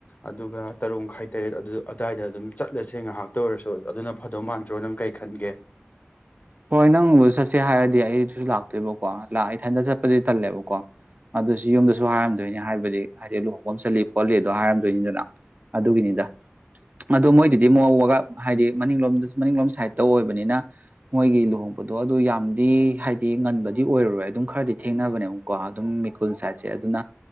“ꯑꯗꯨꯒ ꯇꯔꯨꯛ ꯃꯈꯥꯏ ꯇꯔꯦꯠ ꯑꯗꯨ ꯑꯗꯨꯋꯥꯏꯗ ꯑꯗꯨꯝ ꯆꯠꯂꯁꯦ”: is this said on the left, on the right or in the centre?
Left